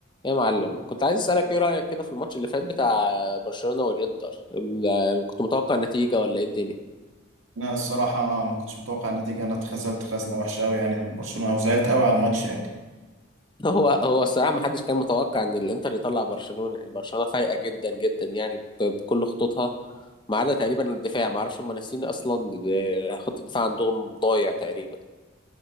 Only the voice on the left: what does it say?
إيه يا معلم كنت عايز اسالك ايه رايك كده في الماتش اللي فات بتاع برشلونه والانتر ال- كنت متوقع نتيجه ولا ايه الدنيا
<laughs> هو هو الصراحه ما حدش كان متوقع ان الانتر يطلع برشلونه برشلونه فايقه جدا جدا يعني ب- بكل خطوطها ما عدا تقريبا الدفاع ما اعرفش هم ناسيين اصلا د- خط الدفاع عندهم ضايع تقريبا